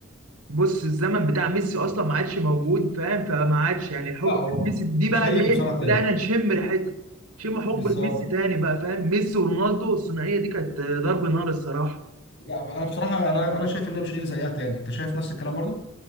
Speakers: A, on the right; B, on the left.
A: بص الزمن بتاع ميسي اصلا ما عادش موجود فاهم فما عادش يعني الحقبه
B: لا هو
A: بتاع ميسي دي
B: مش
A: بقى
B: هيجي
A: اللي ايه
B: بصراحه تاني
A: بدانا نشم ريحتها نشم حقبه
B: بالظبط
A: ميسي تاني بقى فاهم ميسي ورونالدو الثنائيه دي كانت ضرب نار الصراحه
B: لا انا بصراحه انا انا شايف ان مش هيجي زيها تاني انت شايف نفس الكلام برضو